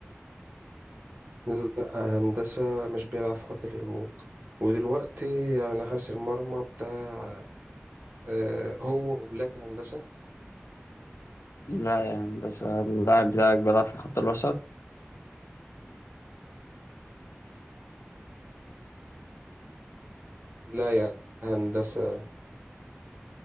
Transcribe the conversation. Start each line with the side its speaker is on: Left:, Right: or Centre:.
Right: لا هندسة مش بيلعب في خط الهجوم ودلوقتي يعني حارس المرمى بتاع آه، هو وبلاك هندسة
Left: لا يا هندسة اللاعب بتاعك بيلعب في خط الوسط
Right: لا يا هندسة